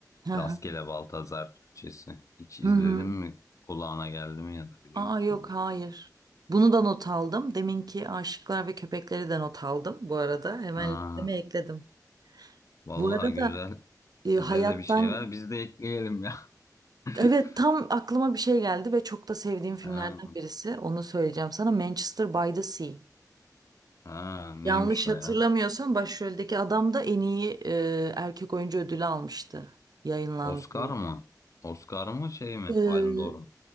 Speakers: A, on the right (about 70°); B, on the left (about 50°).
A: Hı hı.
B: Rastgele Baltazar Türkçesi. Hiç izledin
A: Hı hı.
B: mi? Kulağına geldi mi ya da biliyor
A: Aa
B: musun
A: yok
B: onu?
A: hayır. Bunu da not aldım. Deminki aşıklar ve köpekleri de not aldım bu arada. Hemen
B: Aa,
A: listeme ekledim.
B: vallahi
A: Bu arada
B: güzel.
A: e,
B: Bize
A: hayattan
B: de bir şey ver. Biz de ekleyelim ya.
A: evet
B: <laughs>
A: tam aklıma bir şey geldi ve çok da sevdiğim filmlerden
B: Ha,
A: birisi. Onu söyleyeceğim sana. Manchester by the Sea.
B: ha, neymiş
A: Yanlış
B: o
A: hatırlamıyorsam
B: ya?
A: başroldeki adam da en iyi e, erkek oyuncu ödülü almıştı. Yayınlandığı
B: Oscar mı? Oscar mı şey mi?
A: Ee,
B: Palme d'Or mu?